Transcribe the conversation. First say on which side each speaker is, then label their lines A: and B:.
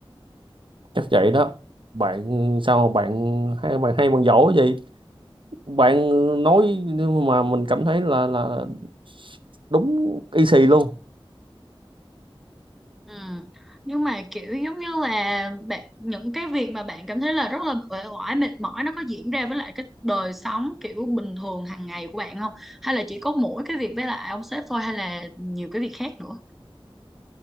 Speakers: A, on the right (about 60°); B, in the centre.
A: chắc vậy đó bạn sao mà bạn hay bạn hay bạn giỏi gì bạn nói mà mình cảm thấy là là đúng y xì luôn
B: Ừ. Nhưng mà kiểu giống như là bạn, những cái việc mà bạn cảm thấy là rất là uể oải mệt mỏi nó có diễn ra với lại cái đời sống kiểu bình thường hàng ngày của bạn không? Hay là chỉ có mỗi cái việc với lại ông sếp thôi hay là nhiều cái việc khác nữa?